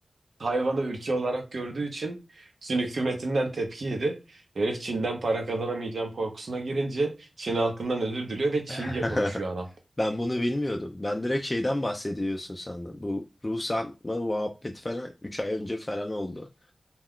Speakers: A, on the right (about 65°); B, on the left (about 30°).
A: Tayvan'ı ülke olarak gördüğü için Çin hükümetinden tepki yedi. Herif Çin'den para kazanamayacağım korkusuna girince Çin halkından özür diliyor ve Çince
B: <laughs>
A: konuşuyor adam.
B: ben bunu bilmiyordum. Ben direkt şeyden bahsediyorsun sandım. Bu ruh satma muhabbeti falan 3 ay önce falan oldu.